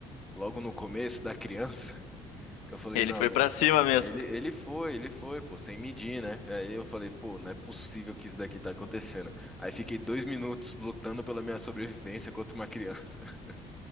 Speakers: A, in the centre; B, on the left (about 85°).
A: logo no começo da criança, <laughs> que eu falei,
B: Ele
A: não,
B: foi
A: né,
B: pra cima mesmo.
A: ele, ele foi, ele foi, pô, sem medir, né? Aí eu falei, pô, não é possível que isso daqui tá acontecendo. Aí fiquei dois minutos lutando pela minha sobrevivência contra uma criança. <laughs>